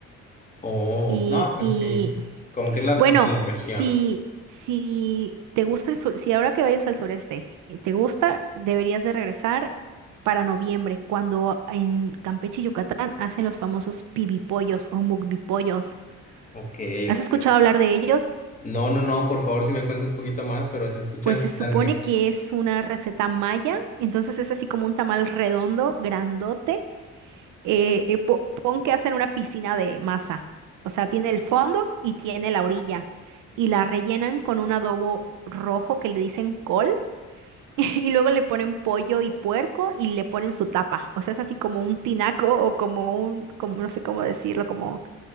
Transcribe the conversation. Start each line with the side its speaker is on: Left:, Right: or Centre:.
Left: Oh,
Right: Y,
Left: no, pues
Right: y
Left: sí, como que es la,
Right: bueno,
Left: de la región.
Right: si, si te gusta el sur, si ahora que vayas al sureste eh, te gusta, deberías de regresar para noviembre, cuando en Campeche y Yucatán hacen los famosos pibipollos o mukbipollos.
Left: Ok,
Right: ¿Has
Left: ok,
Right: escuchado
Left: ok.
Right: hablar de ellos?
Left: No, no, no, por favor, si me cuentas poquito más, pero se escucha
Right: Pues se
Left: que están
Right: supone
Left: ri-
Right: que es una receta maya, entonces es así como un tamal redondo, grandote. eh, eh, po- pon que hacen una piscina de masa. O sea, tiene el fondo y tiene la orilla. Y la rellenan con un adobo rojo que le dicen col. <laughs> Y luego le ponen pollo y puerco y le ponen su tapa. O sea, es así como un tinaco o como un, como no sé cómo decirlo, como...